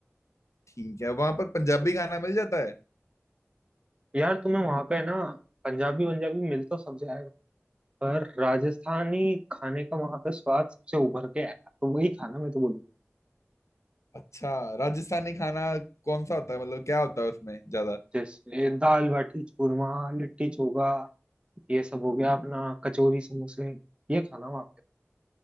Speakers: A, on the left; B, on the right.
A: ठीक है वहां पर पंजाबी खाना मिल जाता है
B: यार तुम्हें वहां पे ना पंजाबी पंजाबी मिल तो सब जाएगा पर राजस्थानी खाने का वहां पे स्वाद सबसे उभर के आएगा तो वही खाना मैं तो बोलूंगा
A: अच्छा राजस्थानी खाना कौन सा होता है मतलब क्या होता है उसमें ज्यादा
B: जैसे दाल बाटी चूरमा लिट्टी चोखा ये सब हो गया अपना कचौरी समोसे ये खाना वहाँ